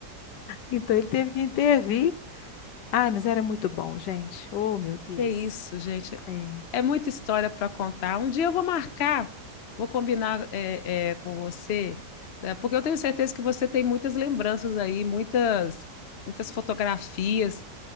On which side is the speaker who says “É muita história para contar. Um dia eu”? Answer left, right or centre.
Left